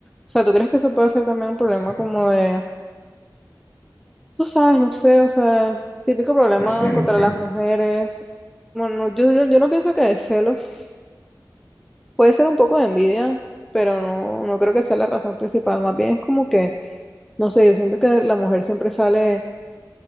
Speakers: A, in the centre; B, on the left (about 30°).
A: O sea, ¿tú crees que eso puede ser también un problema
B: Se-
A: como de, tú sabes, no sé, o sea, típico problema
B: De celos,
A: contra
B: que,
A: las
B: o
A: mujeres? Bueno, yo, yo, yo no pienso que de celos. Puede ser un poco de envidia, pero no, no creo que sea la razón principal. Más bien es como que, no sé, yo siento que la mujer siempre sale